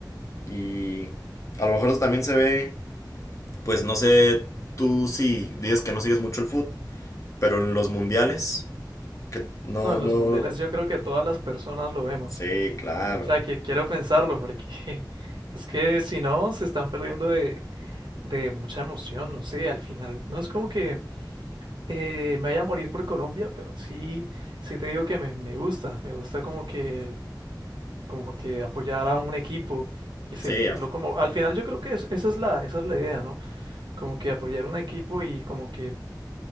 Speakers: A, on the left; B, on the right.
A: Y a lo mejor eso también se ve, pues no sé, tú sí dices que no sigues mucho el fútbol, pero en los mundiales, que no,
B: No, en
A: no,
B: los mundiales yo creo que todas las personas lo vemos.
A: sí, claro,
B: O sea, que quiero pensarlo porque <laughs> es que si no, se están perdiendo de, de mucha emoción. No sé, al final no es como que eh, me vaya a morir por Colombia, pero sí, sí te digo que me, me gusta. Me gusta como que, el- como que apoyar a un equipo y sentirlo
A: sí, a-
B: como... Al final yo creo que es- esa es la, esa es la idea, ¿no? Como que apoyar un equipo y como que